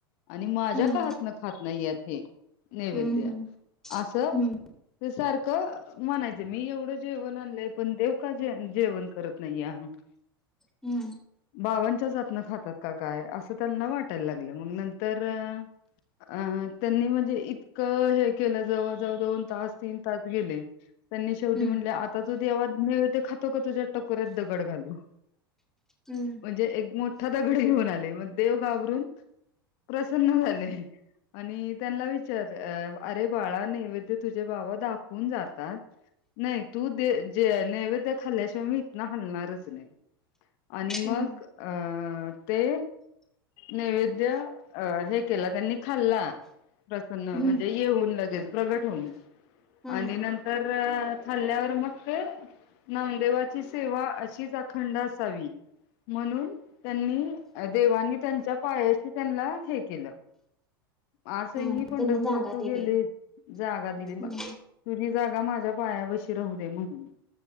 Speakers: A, on the left (about 55°); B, in the centre.
A: आणि माझ्या
B: हम्म
A: का हात. हातन खात नाही आहेत हे नैवेद्य
B: हम्म
A: असं
B: हम्म
A: हे सारखं म्हणायचे मी एवढं जेवण आणलंय पण देव का जेवण करत नाही आहेत
B: हम्म
A: बाबांच्याच हातनं खातात का काय असं त्यांना वाटायला लागलं मग नंतर. अ त्यांनी म्हणजे इतकं हे केलं जवळ-जवळ दोन-तास, तीन -तास गेले त्यांनी शेवटी
B: हम्म
A: म्हटले, आता तू देवा मिळेल ते खातो काय तुझ्या टकोऱ्यात दगड घालू,
B: हम्म हम्म हम्म
A: म्हणजे एक मोठा दगड घेऊन आले मग देव घाबरून प्रसन्न झाले. आणि त्यांना विचार अरे बाळा नैवेद्य तुझे बाबा दाखवून जातात, नाही तू दे ज नैवेद्य खाल्ल्याशिवाय मी इथनं हालणारच नाही आणि मग
B: हम्म
A: अं ते नैवेद्य अ हे केलं त्यांनी. खाल्ला प्रसन्न
B: हम्म
A: म्हणजे येऊन लगेच प्रगट होऊन
B: हम्म
A: आणि नंतर खाल्ल्यावर मग ते नामदेवाची सेवा अशीच अखंड असावी म्हणून त्यांनी देवांनी त्यांच्या पायाशी त्यांना हे केलं. पास ते
B: हम्म
A: ही पंढरपुरात
B: त्यांना जागा
A: तू
B: दिली
A: गेलीस जागा दिली
B: हम्म
A: मला तुझी जा माझ्या पायापशी राहु दे म्हणून